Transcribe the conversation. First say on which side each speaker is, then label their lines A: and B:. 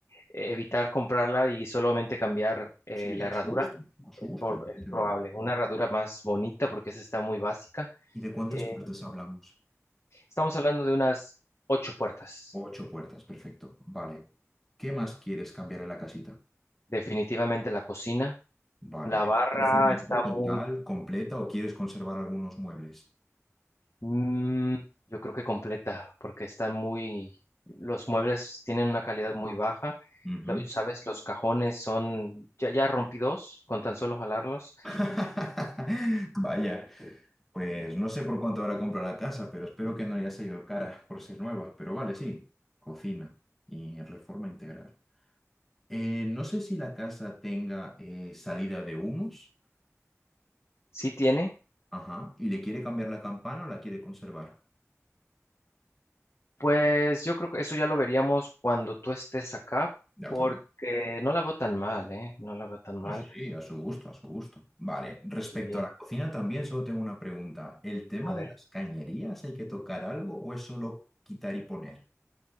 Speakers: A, on the left (about 55°); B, in the centre.
A: eh, evitar comprarla y solamente cambiar eh,
B: Sí,
A: la
B: a
A: herradura,
B: su gusto, a su
A: es,
B: gusto,
A: por,
B: evidentemente.
A: es probable. Una herradura más bonita porque esa está muy básica.
B: ¿Y de cuántas
A: Eh,
B: puertas hablamos?
A: estamos hablando de unas ocho puertas.
B: Ocho puertas, perfecto. Vale. ¿Qué más quieres cambiar en la casita?
A: Definitivamente la cocina.
B: Vale.
A: La
B: ¿Te
A: barra
B: parece una
A: está
B: foto
A: muy...
B: total, completa o quieres conservar algunos muebles?
A: Mm, yo creo que completa, porque están muy, los muebles tienen una calidad muy baja.
B: Ujú.
A: Lo- sabes, los cajones son, ya, ya rompí dos con tan solo jalarlos.
B: <laughs> Vaya, pues no sé por cuánto ahora comprado la casa, pero espero que no haya salido cara por ser nueva. Pero vale, sí, cocina y reforma integral. Eh, no sé si la casa tenga eh, salida de humos,
A: Sí tiene.
B: ajá, y le quiere cambiar la campana o la quiere conservar.
A: Pues yo creo que eso ya lo veríamos cuando tú estés acá,
B: De
A: porque
B: acuerdo.
A: no la veo tan mal, ¿eh? No la veo tan mal.
B: No, sí, sí, a su gusto, a su gusto. Vale, respecto
A: Sí,
B: a la cocina también solo tengo una pregunta. ¿El tema
A: a ver.
B: de las cañerías hay que tocar algo o es solo quitar y poner?